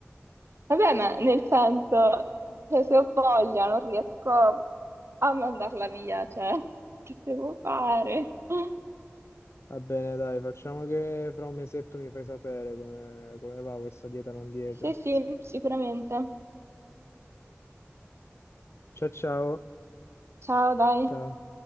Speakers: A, on the right; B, on the left.
A: Vabbè, ma nel senso, cioè, se ho voglia non riesco a mandarla via, cioè, <laughs> che devo fare? <laughs>
B: Va bene, dai, facciamo che fra un mesetto mi fai sapere come, come va questa dieta non dieta.
A: Sì, sì, sicuramente.
B: Ciao ciao,
A: Ciao, dai.
B: ciao.